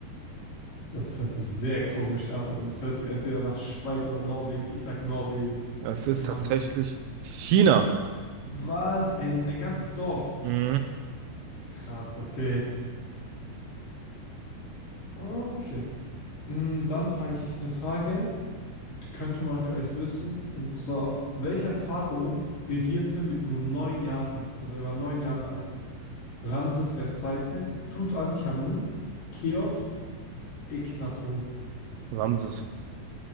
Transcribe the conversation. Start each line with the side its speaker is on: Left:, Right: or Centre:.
Left: Das hört sich sehr komisch an. Also es hört sich entweder nach Schweiz oder Norwegen. Ich sag Norwegen.
Right: Es ist
Left: Die haben
Right: tatsächlich
Left: so.
Right: China.
Left: Was? Ein, ein ganzes Dorf.
Right: Mhm.
Left: Krass, okay. Okay. Mm, Dann frage ich dich eine Frage, die könnte man vielleicht wissen. Und zwar, welcher Pharao regierte mit nur neun Jahren? Also er war neun Jahre alt. Ramses der Zweite, Tutanchamun, Cheops, Echnaton.
Right: Ramses.